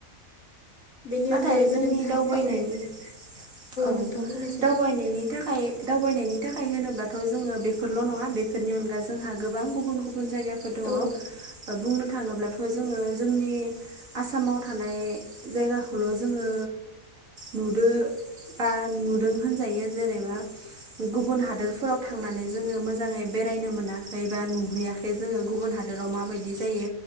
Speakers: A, on the left (about 60°); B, on the right (about 75°).
A: बेनि
B: नाथाय
A: अनगायैबो
B: जोंनि
A: नोंथां
B: दावबायनायनि
A: औ
B: औ
A: नोंथां बुंनायसै
B: दावबायनायनि थाखाय दावबायनायनि थाखाय होनोब्लाथ' जोङो बेफोरल' नङा बेफोरनि अनगा जोंहा गोबां गुबुन गु बुन जायगाफोर दङ
A: औ
B: बुंनो थाङोब्लाथ' जोङो जोंनि आसामाव थानाय जायगाखौल' जोङो नुदो बा नुदों होनजायो जेनेबा गुबुन हादोरफोराव थांनानै जोङो मोजाङै बेरायनो मोनाखै बा नुहैयाखै जोङो गुबुन हादोराव माबायदि जायो